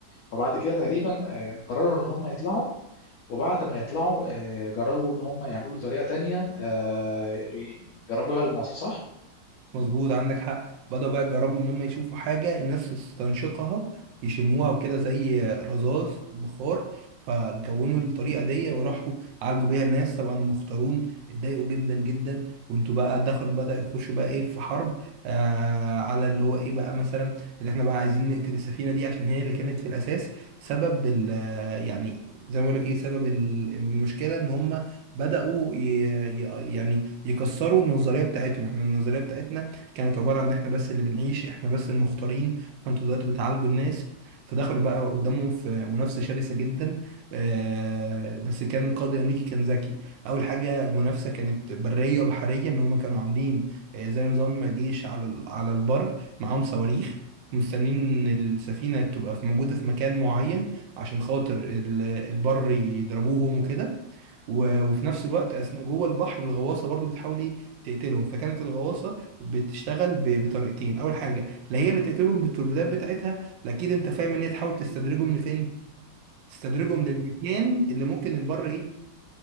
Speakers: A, on the left (about 70°); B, on the right (about 85°).
A: فبعد كده تقريبا آه، قرروا ان هم يطلعوا وبعد ما يطلعوا آه، جربوا ان هم يعملوا طريقة تانية آه، يجربوا بيها المواصل صح؟
B: مظبوط عندك حق بدأوا بقى يجربوا إن هم يشوفوا حاجة الناس تستنشقها يشموها وكده زي رذاذ بخار فجونوا الطريقة دي وراحوا عالجوا بيها الناس طبعا المختارون اتضايقوا جدا جدا وانتوا بقى دخلوا بدأ يخشوا بقى ايه في حرب آه على اللي هو ايه بقى مثلا اللي احنا بقى عايزين نقتل السفينة دي عشان هي اللي كانت في الأساس سبب ال آه، يعني زي ما بقول لك ايه سبب ال- المشكلة ان هم بدأوا ي- ي- يعني يكسروا النظرية بتاعتهم احنا النظرية بتاعتنا كانت عبارة عن إحنا بس اللي بنعيش إحنا بس المختارين فأنتوا دلوقتي بتعالجوا الناس فدخلوا بقى قدامهم في منافسة شرسة جدا آه بس كان القائد الأمريكي كان ذكي أول حاجة المنافسة كانت برية وبحرية إن هم كانوا عاملين آه، زي نظام جيش على ال- على البر معاهم صواريخ مستنيين إن السفينة تبقى في- موجودة في مكان معين عشان خاطر ال- البر يضربوهم وكده و- وفي نفس الوقت اثناء جوه البحر الغواصه برضو بتحاول ايه تقتلهم فكانت الغواصه بتشتغل ب- بطريقتين اول حاجه لا هي اللي تقتلهم بالتوربيدات بتاعتها لا اكيد انت فاهم ان هي تحاول تستدرجهم لفين تستدرجهم للمكان اللي ممكن البر ايه